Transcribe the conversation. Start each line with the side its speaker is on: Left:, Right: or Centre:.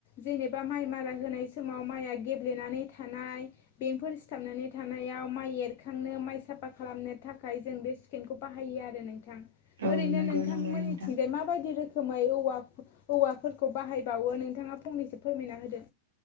Left: जेनेबा माइ मारा होनाय समाव माइआ गेब्लेनानै थानाय बेफोर सिथाबनानै थानायाव माइ एरखांनो माइ साफा खालामनो थाखाय जों बे सुखेनखौ बाहायो आरो नोंथां
Right: औ
Left: ओरैनो
Right: नंगौ
Left: नोंथांमोननिथिंजाय
Right: नंगौ नोंथां
Left: माबायदि रोखोमै रोखोमै औवाफोरखौ बाहायबावो नोंथाङा फंनैसो फोरमायना होदो।